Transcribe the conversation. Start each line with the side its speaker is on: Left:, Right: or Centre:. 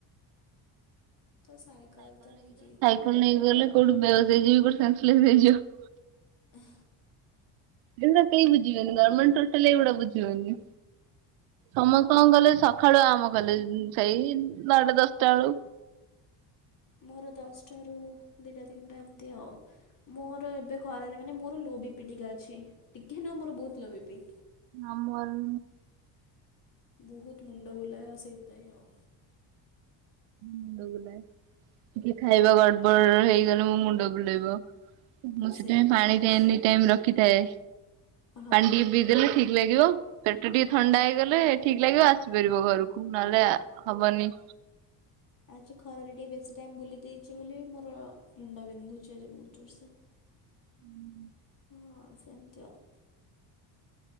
Left: ତ ସାଇକେଲ ତ ନେଇ କି
Right: କଣ ନେଇକି ଗଲେ କୋଉଠି ବେହୋସ ହେଇଯିବି କୋଉଠ ସାସଲେସେ ହେଇଯିବ
Left: ହେଁ
Right: ଏମିତିଆ କେହି ବୁଝିବେନି ଗରମେଟେ ଟୋଟାଲ ଏଇଗୁଡା ବୁଝିବେନି ସମସ୍ତ ଙ୍କ ଗଲେ ସକାଳୁ ଆମ କଲେଜ ସେଇ ନଅଟା ଦଶଟା ବେଳୁ
Left: ମୋର ଦଶଟାରୁ ଦିଇଟା ତିନିଟା ଏମିତି ଆଉ। ମୋର ଏବେ ଖରାରେ ମାନେ ମୋର ଲୋବିପି ଟିକେ ଅଛି ଟିକିଏ ନୁହଁ ମୋର ବହୁତ୍ ଲୋବିପି।
Right: ଆମର
Left: ବହୁତ୍ ମୁଣ୍ଡ ବୁଲାଏ ସେଇଥିପାଇଁ ଆଉ।
Right: ମୁଣ୍ଡବୁଲାଏ। ଟିକେ ଖାଇବା ଗଡ଼ବଡ଼ ହେଇଗଲେ ମୋ ମୁଣ୍ଡ ବୁଲେଇବ। ମୁଁ ସେଥିପାଇଁ
Left: ସେଇ
Right: ପାଣି
Left: ଆଜି
Right: ଟ ଏନି ଟାଇମ୍ ରଖିଥାଏ
Left: ହଁ।
Right: ପାଣି ଟିକେ ପିଇ ଦେଲେ ଠିକ୍ ଲାଗିବ। ପେଟ ଟିକେ ଥଣ୍ଡା ହେଇଗଲେ ଠିକ୍ ଲାଗିବ ଆସିପାରିବ ଘରକୁ ନହେଲେ ହବନି।
Left: ଆଜି ଖରାରେ ଟିକେ ବେଶୀ ଟାଇମ୍ ବୁଲି ଦେଇେଛି ବୋଲି ମୋର ମୁଣ୍ଡ ବିନ୍ଧୁଛି ଆଜି ବହୁତ୍ ଜୋରସେ।
Right: ହୁଁ।
Left: ହଁ ସେମିତି ଆଉ।